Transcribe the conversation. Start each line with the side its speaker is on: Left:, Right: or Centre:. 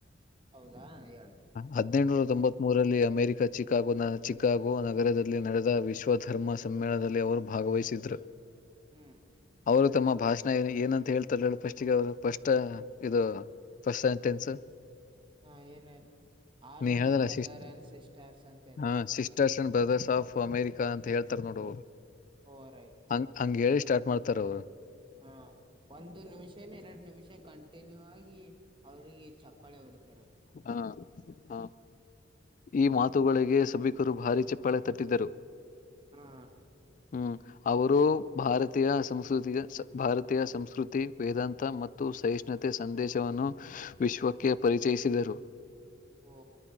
Right: ಹೌದಾ ಹೇಳು
Left: ಹದಿನೆಂಟನೂರ ತೊಂಬತ್ ಮೂರಲ್ಲಿ ಅಮೆರಿಕ. ಚಿಕಾಗೋ ನ ಚಿಕಾಗೋ ನಗರದಲ್ಲಿ ನಡೆದ ವಿಶ್ವ ಧರ್ಮ. ಸಮ್ಮೇಳನದಲ್ಲಿ ಅವರು ಭಾಗವಹಿಸಿದ್ದರು.
Right: ಹ್ಮ್
Left: ಅವರು ತಮ್ಮ ಭಾಷಣ ಏ ಏನಂತ ಹೇಳ್ತಾರೆ ಹೇಳ ಫಸ್ಟ್ಗೆ ಅವರು ಫಸ್ಟ್ ಇದು. First sentence.
Right: ಹಾ ಏನ್ತ ಆಲ್
Left: ನೀ
Right: ಮೈ
Left: ಹೇಳ್ದಲ್ಲ
Right: ಬ್ರದರ್
Left: ಸಿಸ್ಟ್
Right: ಅಂಡ್ ಸಿಸ್ಟರ್ಸ್ ಅಂತ ಹೇಳ್ತಾರಲ್ಲ.
Left: ಹ Sisters and brothers of America ಅಂತ ಹೇಳ್ತಾರ ನೋಡು ಅವರು
Right: ಓವರ್
Left: ಹಂಗ್ ಹಂಗ ಹೇಳಿ ಸ್ಟಾರ್ಟ್ ಮಾಡ್ತಾರ ಅವ್ರು.
Right: ಹಾ ಒಂದು ನಿಮಿಷನ ಎರಡು ನಿಮಿಷ ಕಂ ತ್ಯನ್ಯವಾಗಿ ಅವರಿಗೆ ಚಪ್ಪಾಳೆ ಹೊಡಿತ
Left: ಹಾ ಹಾ ಈ ಮಾತ್ ತುಗಳಿಗೆ ಸಭಿಕರು ಭಾರಿ ಚಪ್ಪಳೆ ತಟ್ಟಿದರು.
Right: ಹಾ
Left: ಹ್ಮ್ ಅವರು ಭಾರತೀಯ ಸಂಸ್ಕೃತಿ ಭಾರತೀಯ ಸಂಸ್ಕೃತಿ ವೇದಾಂತ ಮತ್ತು. ಸಹಿಷ್ಣುತೆ ಸಂದೇಶವನ್ನು ವಿಶ್ವಕ್ಕೆ ಪರಿಚಯಿಸಿದರು.
Right: ಓ